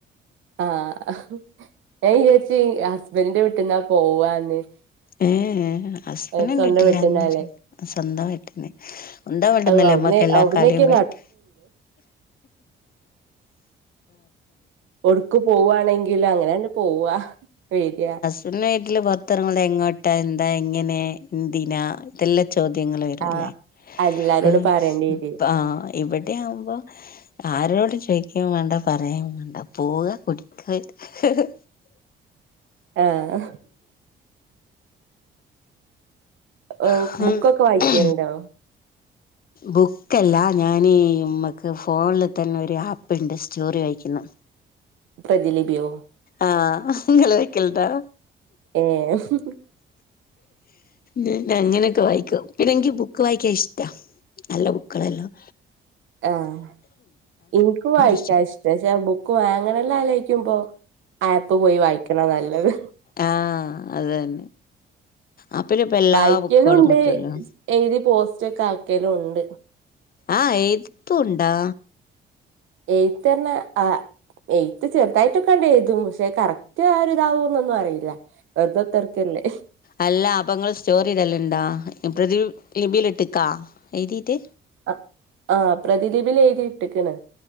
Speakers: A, on the right; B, on the left.
A: ആഹ് ഞാൻ വിചാര്ച്ചു ഹസ്ബൻഡിന്റെ വീട്ടിൽന്നാ പോവാന്ന്.
B: ഏഹ് ഏഹ് ഹസ്ബൻഡ്ന്റെ
A: ഏഹ് സ്വന്തം
B: വീട്ടിന്നെല്ല
A: വീട്ടിന്നാല്ലേ
B: സ്വന്തം വീട്ടീന്ന് നമ്മൾടെ വീട്ടിന്നെല്ലേ
A: അത് അവിടുന്ന്
B: ഞമ്മൾ എല്ലാ
A: അവിടന്നൊക്കെ
B: കളിമ് കളിക്ക
A: ഒട്ക്ക് പോവാണെങ്കിലും അങ്ങനെണ് പോവ വേര.
B: ഇവ്ട്ന്ന് വീട്ടിൽ പുത്തറങ്ങുമ്പോ എങ്ങോട്ടാ എന്താ എങ്ങനെ ന്തിനാ ഇതെല്ലാ ചോദ്യങ്ങള് വരുല്ലേ
A: ആഹ് എല്ലാരോടും
B: അഹ്
A: പറയേണ്ടി വരും
B: പ്പാ ഇവി വിടെ ആവുമ്പോ ആരോടും ചോദിക്കെ വേണ്ട പറയെ വേണ്ട പോവ കുടിക്ക. ഹ് ഹ്
A: ആഹ് ഓഹ്
B: ഇത്
A: ബുക്കൊക്കെ വായിക്കല്ണ്ടോ
B: ബുക്കല്ല ഞൻ മക്ക് ഫോണിൽ തന്നെ ഒരു ആപ്പ്ണ്ട് സ്റ്റോറി വായിക്കുന്നു
A: പ്രതിലിപിയോ.
B: ആഹ് ഇങ്ങളയിക്കല്ണ്ടോ
A: പിന്നെ
B: ഞാൻ അങ്ങനെയൊക്കെ വായിക്കും പിന്നെക്ക് ബുക്ക് വായിക്കാൻ ഇഷ്ടാ. നല്ല ബുക്കാള്ളെല്ലം
A: ആഹ് ഇനിക്കും വായിക്കാ
B: ഇഷ്ട
A: ഇഷ്ടാ പക്ഷേ ബുക്ക് വാങ്ങണല്ലോ ആലോയ്ക്കുമ്പോ. ആപ്പ് പോയി വായിക്കണ നല്ലത്
B: ആഹ് അത് തന്നെ ആപ്പ്ല് പ്പ എല്ലാ
A: വായിക്കലുണ്ട്
B: ബുക്കുകളും കിട്ടല്ലോ.
A: എഴുതി പോസ്റ്റ് ഒക്കെ ആക്കലും ഉണ്ട്.
B: ആഹ് എഴുത്തു ണ്ടോ.
A: എഴുത്ത്ർഞ്ഞ ആഹ്. എഴ്ത്ത് ചെറുതായിട്ടൊക്കണ്ട് എഴുതും പക്ഷെ കറക്റ്റ് ആഹ്ഒര് ഇതാവോന്നൊന്നും അറീല. വേർതതർക്കല്ലേ.
B: അല്ല അപ്പങ്ങൾ സ്റ്റോറി ഇടല് ണ്ടോ പ്രതി ലിപിൽ ഇട്ട്ക്കാ എഴുതിട്ട്.
A: അഹ് ആഹ് പ്രദലീപിൽ എഴുതി ഇട്ട്ക്ക്ണ്.